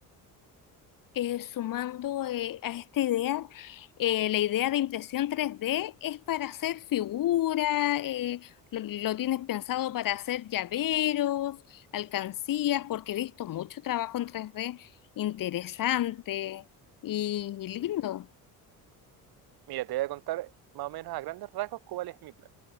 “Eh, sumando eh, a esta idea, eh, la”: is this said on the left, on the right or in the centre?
Left